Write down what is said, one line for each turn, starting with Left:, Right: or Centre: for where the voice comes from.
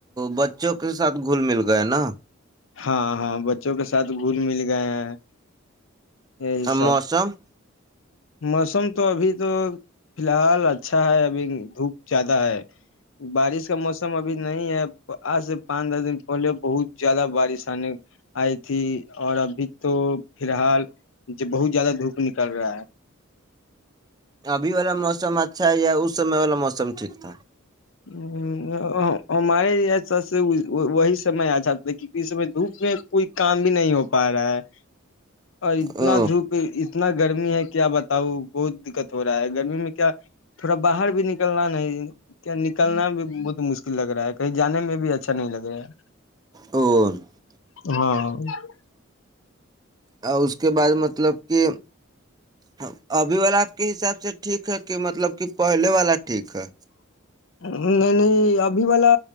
Right: بچوں کے ساتھ گھل مل گئے نا <unintelligible>
Left: ہاں ہاں بچوں کے ساتھ گھل مل گئے ہیں <unintelligible> یہی سب
Right: موسم <unintelligible>
Left: موسم تو ابھی تو فی الحال اچھا ہے ابھی دھوپ زیادہ ہے بارش کا موسم ابھی نہیں ہے آج سے پانچ دس دن پہلے بہت زیادہ بارش آنے آئی تھی اور ابھی تو فی الحال بہت زیادہ دھوپ نکل رہا ہے <unintelligible>
Right: ابھی والا موسم اچھا ہے یا اس سمے والا موسم ٹھیک تھا
Left: ہ <unintelligible> ہمارے یہ سب سے <unintelligible> وہ وہی <unintelligible> سم میں آ جاتا ہے کیونکہ سمے دھوپ میں <unintelligible> کوئی <unintelligible> کام بھی نہیں ہو پا رہا ہے <unintelligible> اور اتنا
Right: او
Left: دھوپ اتنا گرمی ہے کیا بتا اب بہت دقت ہو رہا ہے گرمی میں کیا تھوڑا باہر بھی نکلنا نہیں <unintelligible> کیا نکلنا بھی بہت مشکل لگ رہا ہے کہیں جانے میں بھی اچھا نہیں لگ رہا ہے
Right: او
Left: ہاں <unintelligible>
Right: اور اس کے بعد مطلب <unintelligible> کہ ہم <unintelligible> ابھی والا آپ کے حساب سے ٹھیک ہے کہ مطلب کہ پہلے والا ٹھیک ہے <unintelligible>
Left: نہیں نہیں ابھی والا